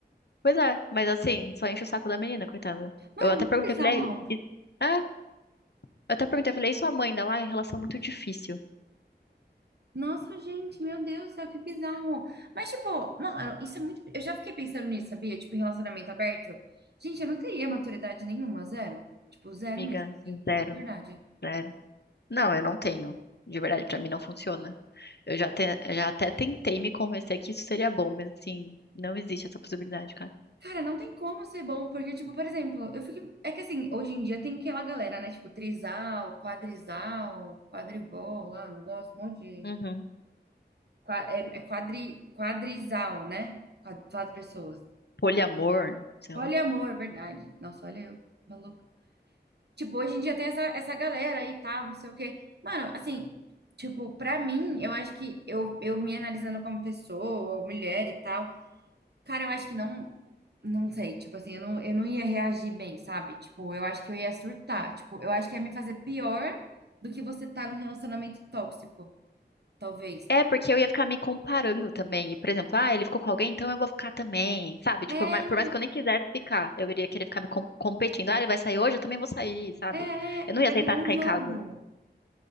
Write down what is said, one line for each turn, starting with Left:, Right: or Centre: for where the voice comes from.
Left: Pois é, mas assim, só enche o saco da menina, coitada.
Right: Mano,
Left: Eu até
Right: é muito
Left: perguntei,
Right: bizarro.
Left: falei, "E- é, eu até perguntei, falei, e sua mãe ainda lá? É relação muito difícil,
Right: Nossa, gente, meu Deus do céu, que bizarro. Mas, tipo, mano, isso é muito. Eu já fiquei pensando nisso, sabia? Tipo, em relacionamento aberto. Gente, eu não teria maturidade nenhuma, zero. Tipo, zero
Left: amiga.
Right: mesmo, assim,
Left: Zero,
Right: de verdade.
Left: zero. Não, eu não tenho. De verdade, pra mim não funciona. Eu já, te- já até tentei me convencer que isso seria bom, mas assim, não existe essa possibilidade, cara.
Right: Cara, não tem como ser bom, porque, tipo, por exemplo, eu fiquei. É que assim, hoje em dia tem aquela galera, né? Tipo, trisal, quadrisal, quadribol, lá, um negócio, um monte de.
Left: Uhum.
Right: qua- É, é quadri... quadrisal, né? Quatro, quatro pessoas.
Left: Poliamor, sei
Right: Poliamor,
Left: lá.
Right: verdade. Nossa, olha eu, maluco. Tipo, hoje em dia tem essa, essa galera aí, tá, não sei o quê. Mano, assim, tipo, pra mim, eu acho que eu, eu me analisando como pessoa, mulher e tal, cara, eu acho que não, não sei, tipo assim, eu não, eu não ia reagir bem, sabe? Tipo, eu acho que eu ia surtar, tipo, eu acho que ia me fazer pior do que você tá num relacionamento tóxico, talvez.
Left: É, porque eu ia ficar me comparando também. E, por exemplo, ah, ele ficou com alguém, então eu vou ficar também, sabe?
Right: É,
Left: Tipo,
Right: é,
Left: por mais, por mais que eu nem quisesse ficar, eu iria querer ficar me com- competindo. Ah, ele vai sair hoje, eu também vou sair, sabe?
Right: é,
Left: Eu não
Right: vai
Left: ia aceitar
Right: virar um
Left: ficar
Right: jogo.
Left: em casa.